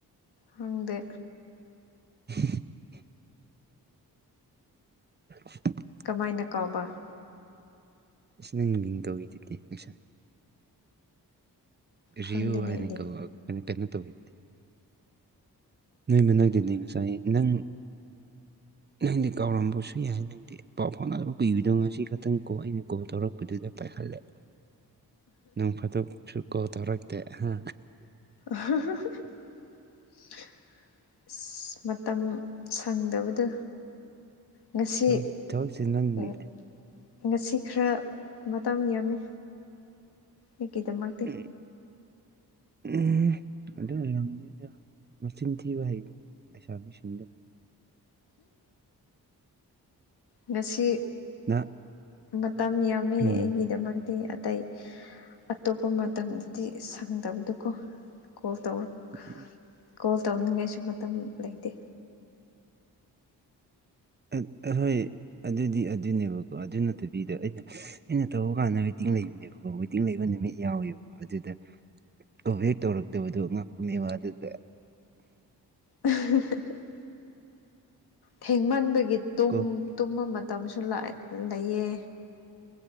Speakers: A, on the left; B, on the right.
A: ꯍꯪꯗꯦ
B: <unintelligible> <unintelligible>
A: ꯀꯃꯥꯏꯅ ꯀꯥꯎꯕ
B: ꯏꯁ ꯅꯪ ꯃꯤꯡ ꯀꯧꯔꯤꯗꯨꯗꯤ ꯉꯁꯥꯏ
A: ꯈꯪꯗꯦꯅꯦ
B: ꯔꯤꯌꯣ ꯍꯥꯏꯅ
A: ꯑꯩꯗꯤ
B: ꯀꯧꯋꯛ ꯑꯅꯀꯩꯅꯣ ꯇꯧꯔꯤꯗꯨꯗꯤ ꯅꯪꯅ ꯅꯣꯛꯏꯗꯨꯗꯤ ꯉꯁꯥꯏ ꯅꯪ ꯅꯪꯗꯤ ꯀꯥꯎꯔꯝꯕꯁꯨ ꯌꯥꯏ ꯅꯪꯗꯤ ꯄꯥꯎ ꯐꯥꯎꯅꯗ ꯀꯨꯏꯔꯤꯗꯣ ꯉꯁꯤ ꯈꯛꯇꯪ ꯀꯣ ꯑꯩꯅ ꯀꯣꯜ ꯇꯧꯔꯛꯄꯗꯨꯗ ꯄꯥꯏꯈꯠꯂꯦ ꯅꯣꯡ ꯐꯥꯗꯣꯛꯁꯨꯨ ꯀꯣꯜ ꯇꯧꯔꯛꯇꯦ ꯍꯥ
A: <unintelligible> ꯃꯇꯝ ꯁꯪꯗꯕꯗꯣ ꯉꯁꯤ
B: ꯊꯕꯛ ꯊꯕꯛꯁꯦ ꯅꯪꯗꯤ
A: ꯎꯝ ꯉꯁꯤ ꯈꯔ ꯃꯇꯝ ꯌꯥꯝꯃꯤ ꯑꯩꯒꯤꯗꯃꯛ
B: <unintelligible> <unintelligible> ꯑꯗꯨꯏ ꯑꯣꯏꯔꯝꯒꯅꯤꯗ ꯃꯆꯤꯟ ꯊꯤꯕ ꯍꯩꯕꯅꯤ ꯂꯩꯁꯥꯕꯤꯁꯤꯡꯗꯣ
A: ꯉꯁꯤ
B: ꯅ
A: ꯃꯇꯝ ꯌꯥꯝꯃꯦ
B: ꯎꯝ
A: ꯑꯩꯒꯤꯗꯃꯛ ꯃꯤ ꯑꯇꯩ ꯑꯇꯣꯞꯄ ꯃꯇꯝꯗꯗꯤ ꯁꯪꯗꯕꯗꯨꯀꯣ ꯀꯣꯜ ꯇꯧꯔꯛꯇꯦ
B: ꯎꯝ <unintelligible>
A: ꯀꯣꯜ ꯇꯧꯅꯤꯡꯉꯥꯏꯁꯨ ꯃꯇꯝ ꯂꯩꯇꯦ
B: ꯑꯡ ꯑꯍꯣꯏ ꯑꯗꯨꯗꯤ ꯑꯗꯨꯅꯦꯕꯀꯣ ꯑꯗꯨ ꯅꯠꯇꯕꯤꯗ ꯑꯩꯅ ꯑꯩꯅ ꯇꯧꯕ ꯀꯥꯟꯗ ꯋꯦꯇꯤꯡ ꯂꯩꯕꯅꯦꯕꯀꯣ ꯋꯦꯇꯤꯡ ꯂꯩꯕ ꯅꯨꯃꯤꯠ ꯌꯥꯎꯋꯦꯕ ꯑꯗꯨꯗ ꯀꯣꯜ ꯚꯦꯛ ꯇꯧꯔꯛꯇꯕꯗꯣ ꯉꯥꯛꯄꯅꯦꯕ ꯑꯗꯨꯗ
A: <unintelligible> ꯊꯦꯡꯃꯟꯕꯒꯤ ꯇꯨꯝ
B: ꯀꯣ
A: ꯇꯨꯝꯕ ꯃꯇꯝꯁꯨ ꯂꯦꯛꯌꯦ ꯂꯩꯌꯦ